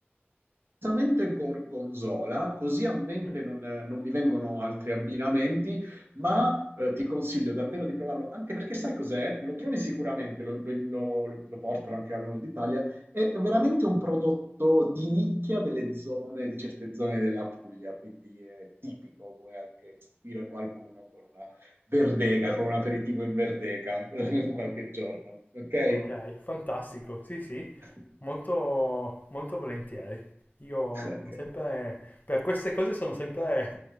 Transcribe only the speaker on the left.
Mm?
Ok, fantastico, sì, sì,
molto, molto volentieri. Io
sono sempre, per queste cose sono sempre